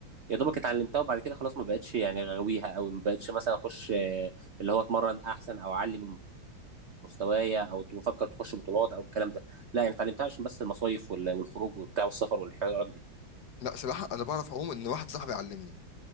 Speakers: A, on the right; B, on the left.
A: يا دوبك اتعلمتها وبعد كده خلاص ما بقتش يعني غاويها قوي ما بقتش مثلا اخش آه، اللي هو اتمرن احسن او اعلي من مستوايا او بفكر تخش بطولات او الكلام ده لا يعني اتعلمتها عشان بس المصايف وال- والخروج وبتاع والسفر والحوارات دي
B: لا سباحه انا بعرف اعوم ان واحد صاحبي علمني